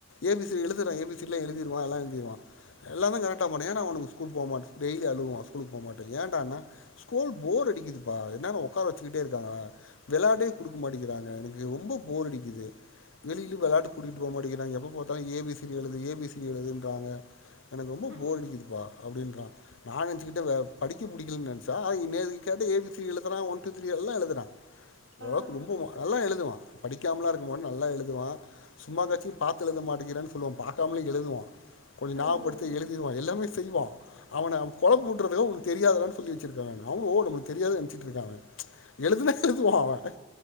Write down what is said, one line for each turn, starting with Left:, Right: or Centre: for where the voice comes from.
Left: எ பி சி எழுதுறா எ பி சி லா எழுதிருவா எல்லா எழுதிருவா எல்லாந்தா கரட்டா பான்னுவா ஏன்னா அவனுக்கு ஸ்கூல் போமாட்டா டெய்லி அழுவுவா ஸ்கூலுக்கு போமாட்டா ஏன்டான்னா ஸ்கூல் போர் அடிக்குதுப்பா என்னேரேமு உக்கார வச்சுக்கிட்டே இருக்காங்கே விளாடே குடுக்கமா ட்டிக்கிறாங்கே எனக்கு ரொம்ப போர் அடிக்குது வெளிலே விளாட கூட்டிட்டு போ மாட்டிறாங்கே எப்பா பாத்தாலு ஏ பி சி டி எழுது ஏ பி சி எழுதுன்றாங்க எனக்கு ரொம்ப
Right: ம்.
Left: போர் அடிக்குதுப்பா அப்பிடின்றா நா நெனசிக்கிட்டே படிக்கே படிக்க புடிக்லன்னு நெனச்சா நேத்து கேட்டா ஏ பி சி எழுதுறா ஒன் டூ திரீ எல்லா எழுதுறா
Right: ஆ.
Left: ஓரளவுக்கு ரொம்பே நல்லா எழுதுவா படிக்காமலா இருக்க மாட்டா நல்லா எழுதுவா சும்மா காட்சியு பாத்து எழுத மாட்கிறானு சொல்லுவோ பாக்கமேயே எழுதுவா கொஞ்சோ
Right: ம்.
Left: ஞாபப்படுத்தி எழுதி ருவா எல்லாமே செய்வா அவன அவ குழம்பி வுட்டுறதுக்க அவனுக்கு தெரியாதுடானு சொல்லி வச்சுறுக்காங்க அவனோ நம்மளுக்கு தெரியாதுன்ன நெனச்சிட்டுருக்காங்க எழுத்துனா எழுதுவா அவே